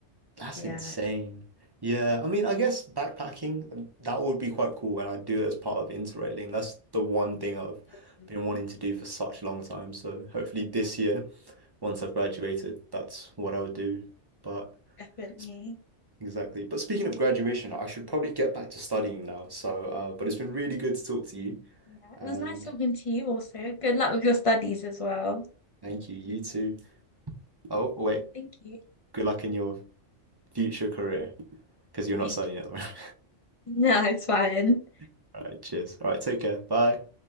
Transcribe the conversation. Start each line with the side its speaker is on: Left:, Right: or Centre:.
Right: That's
Left: Yeah,
Right: insane. Yeah, I mean, I guess backpacking, um, that would be quite cool when I do it as part of Interrailing. That's the one thing I've
Left: um,
Right: been wanting to do for such a long time. So hopefully this year, once I've graduated, that's what i would do. But
Left: definitely.
Right: s- exactly. But speaking of graduation, I should probably get back to studying now. So, uh, but it's been really good to talk to you,
Left: Yeah,
Right: and
Left: it was nice talking to you also. Good luck with your studies as well.
Right: thank you. You too. Oh, wait.
Left: Thank you.
Right: Good luck in your future career because you're not
Left: Thank
Right: studying
Left: you. <laughs>
Right: at the moment.
Left: No, it's fine.
Right: <laughs> All right. Cheers. All right. Take care. Bye.